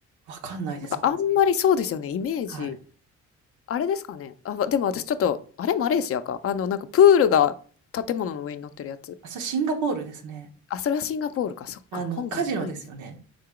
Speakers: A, on the right; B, on the left.
A: わかんないです、
B: なんかあんまりそうですよね、
A: 私。
B: イメージ。
A: はい。
B: あれですかね。あ、までも私ちょっと、あれマレーシアか。あの、なんかプールが建物の上に乗ってるやつ。
A: あ、それシンガポールですね。
B: あ、それはシンガポールか。そっか。
A: あの、
B: 香港じゃないんですね。
A: カジノですよね。